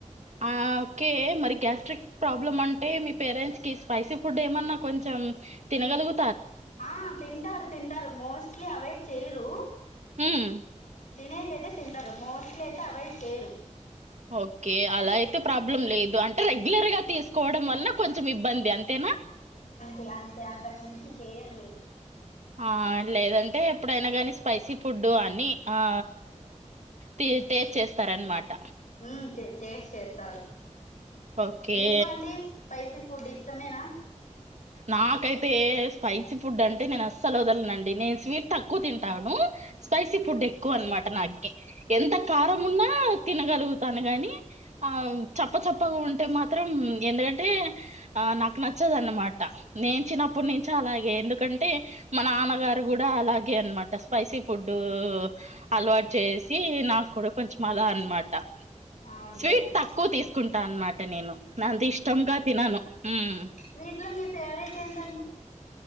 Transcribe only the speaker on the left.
ఆ తింటారు తింటారు మోస్ ట్లీ అవాయిడ్ చేయరు
తినేకైతే తింటాడు మొస్త్ల్య్ అయితే అవాయిడ్ చేయరు
ఇయా అంతే అంతకుమించి ఇంకా ఏం లేదు
హ్మ్ టేస్ట్ చేస్తారు
మీకు అండి స్పైసి ఫుడ్ ఇష్టమేనా
అవును
అవునులేండి
స్వీట్లో మీ ఫేవరెట్ ఏంటండి